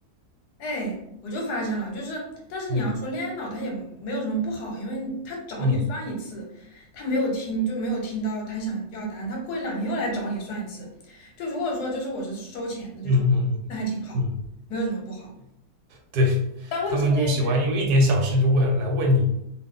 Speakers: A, on the left (about 85°); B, on the right (about 80°).
A: 哎，我就发现了，就是，但是你要说恋爱脑，
B: 嗯
A: 他也没有什么不好，因为他找你算一次，
B: 嗯
A: 他没有听就没有听到他想要答案，他过一两天又来找你算一次。就如果说就是我是收钱的这种，
B: 嗯嗯嗯
A: 那还挺好，
B: 嗯，
A: 没有什么不好。
B: 对，
A: 但问题在于，
B: 他们就喜欢因为一点小事就问来问你。